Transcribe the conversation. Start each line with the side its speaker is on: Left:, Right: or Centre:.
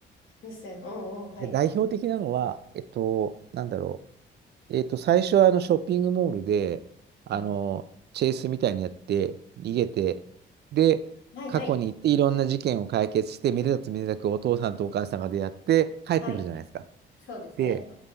Left: 伏線。うんうん。はい。
Right: で、代表的なのは、えっと、なんだろう。えっと、最初はあのショッピングモールで、あの、
Left: うん。
Right: チェイスみたいにやって、逃げて、で、
Left: はいはい。
Right: 過去に行っていろんな事件を解決して、めでたつめでたくお父さんとお母さんが出会って帰ってくるじゃないですか。
Left: はい。そうですね。
Right: で、